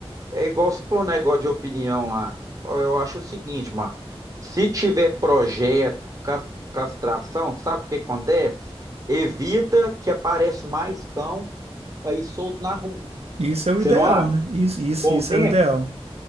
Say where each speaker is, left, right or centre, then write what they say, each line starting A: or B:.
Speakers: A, on the right; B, on the right.
A: É é igual você falou um negócio de opinião lá. Ó, Eu acho o seguinte, Márcio. Se tiver projeto, cas- castração, sabe o que acontece? Evita que aparece mais cão aí solto na rua.
B: Isso é o
A: Você
B: ideal,
A: não acha?
B: né? Isso, isso,
A: Com
B: isso
A: o tempo?
B: é o ideal.